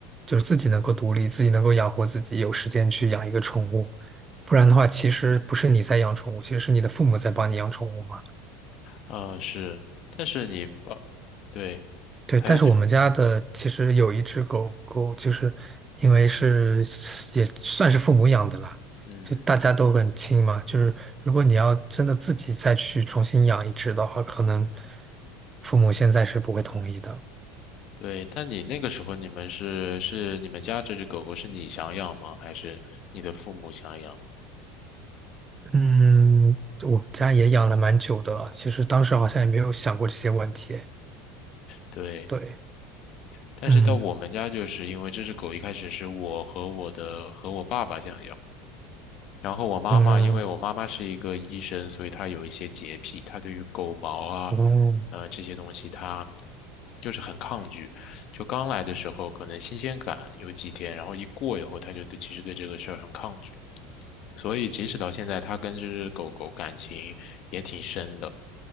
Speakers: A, on the right (about 25°); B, on the left (about 55°).
A: 就是自己能够独立，自己能够养活自己，有时间去养一个宠物，不然的话，其实不是你在养宠物，其实是你的父母在帮你养宠物嘛。
B: 啊、是，但是你，呃，对，
A: 对，
B: 还有就，
A: 但是我们家的其实有一只狗狗，就是因为是也算是父母养的啦，
B: 嗯。
A: 就大家都很亲嘛。就是如果你要真的自己再去重新养一只的话，可能父母现在是不会同意的。
B: 对，但你那个时候你们是是你们家这只狗狗是你想养吗？还是你的父母想养？
A: 嗯，我们家也养了蛮久的了，其实当时好像也没有想过这些问题。
B: 对，
A: 对，
B: 但是到我们家就是因为这只狗一开始是我和我的和我爸爸想养，
A: 嗯
B: 然后我妈妈因为我妈妈是一个医生，
A: 嗯
B: 所以她有一些洁癖，她对于狗毛啊，
A: 嗯
B: 呃这些东西她就是很抗拒。就刚来的时候可能新鲜感有几天，然后一过以后，她就对其实对这个事儿很抗拒。所以即使到现在，他跟这只狗狗感情也挺深的，